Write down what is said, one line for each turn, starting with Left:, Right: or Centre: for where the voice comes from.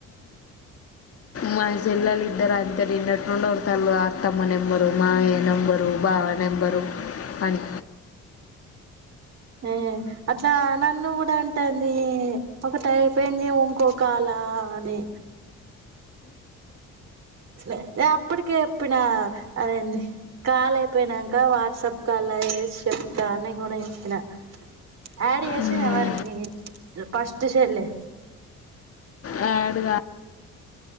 Left: మా చెల్లెలిద్దరూ అంతే నిన్నటి నుండి ఒర్లుతాళ్ళు అత్తమ్మ నెంబరు మామయ్య నెంబరు బావ నెంబరు అనీ
Right: ఆ అట్లా నన్ను కూడా అంటంది ఒకటి అయిపోయింది ఇంకో కాల ఆ అని ఏ ఆపు అప్పటిక చెప్పిన అనింది కాల్ అయిపోయినంక వాట్సాప్ కాల్ లో చేసి చెప్తా అని గూడ చెప్పిన యాడ్ చేసిందా
Left: మ్మ్.
Right: మరి మీ ఫస్ట్ చెల్లె
Left: యాడ్ గా